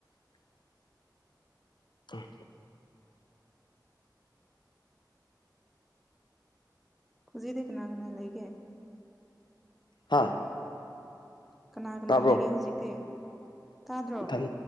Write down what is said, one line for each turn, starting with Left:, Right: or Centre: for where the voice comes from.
Left: ꯑ <unintelligible>
Centre: ꯈꯨꯖꯤꯗ ꯀꯅꯥ ꯀꯅꯥ ꯂꯩꯒꯦ
Left: ꯍꯥ
Centre: ꯀꯅꯥ ꯀꯅꯥ
Left: ꯇꯥꯕ꯭ꯔꯣ
Centre: ꯂꯩꯒꯦ ꯍꯧꯖꯤꯛꯇꯤ ꯇꯥꯗ꯭ꯔꯣ
Left: ꯏꯊꯟ